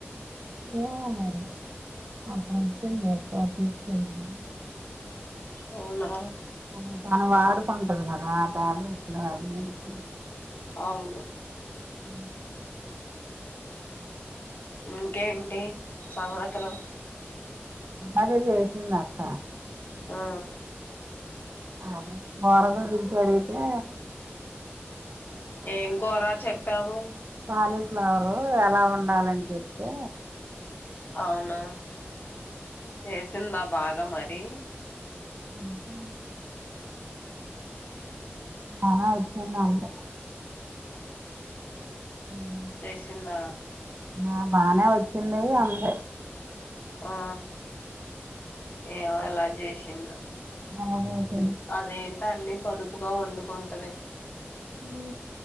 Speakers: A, on the right (about 50°); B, on the left (about 45°).
A: ఏమో మరి అక్కడ ఎక్కడొచింది <unintelligible>
B: అవునా
A: ఊ తను వాడుకుంటది గదా <unintelligible>
B: అవును
A: ఉ
B: ఇంకేంటి సంగతులు
A: అదే చేసింది అక్క
B: ఆ
A: అదే కోర గురించి అడిగితే ఆ
B: ఏం కూర చెప్ ప్యవు
A: క్యాలీఫ్లవర్ ఎలా వండాలని జేప్తే
B: అవునా చేసిందా బాగా మరి
A: ఉహ్ బానే వచ్చింది అంది ఉ
B: చేసిందా
A: ఆ బానే వచ్చింది అంది
B: ఆ ఏమో ఏలా జేసి తిన్న
A: అవుదవుదు
B: అదేంటి అన్ని పొదుపుగా వండుకుంటది
A: ఊ